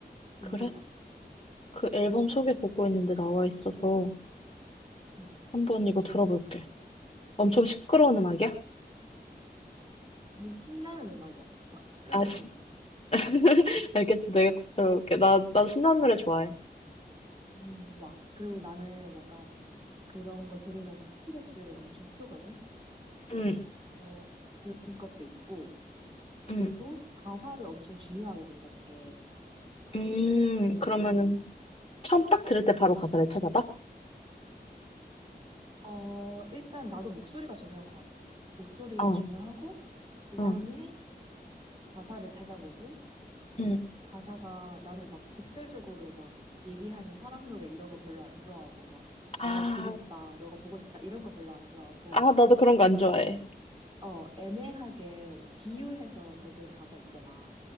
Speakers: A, on the right; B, on the left.
A: 인디락.
B: 그래? 그 앨범 소개 보고 있는데 나와 있어서
A: 음.
B: 한번 이거 들어볼게. 엄청 시끄러운 음악이야?
A: 음, 신나는 음악이야. 막 시끄러운
B: 아, 시...
A: 건 아니야.
B: <laughs>
A: 어.
B: 알겠어. 내가 꼭 들어볼게. 나, 나 신나는 노래 좋아해.
A: 음, 좋아. 그리고 나는 약간 그런 거 들으면서 스트레스를 엄청 풀거든?
B: 응,
A: 그런, 그런 것도 있고,
B: 응.
A: 그리고 가사를 엄청 중요하게 생각해.
B: 음,
A: 그래가지고,
B: 그러면은 처음 딱 들을 때 바로 가사를 찾아봐?
A: 어, 일단 나도 목소리가 중요한 것 같아. 목소리가
B: 어,
A: 중요하고, 그 다음에
B: 어,
A: 가사를 찾아보고,
B: 음.
A: 가사가 나는 막 직설적으로 막 얘기하는 사람 노래 이런 거 별로 안 좋아하고, 막
B: 아,
A: 너가 그립다, 너가 보고 싶다 이런 거 별로 안 좋아하고,
B: 아, 나도 그런 거 안 좋아해.
A: 아, 어, 애매하게 비유해서 적은 가사 있잖아.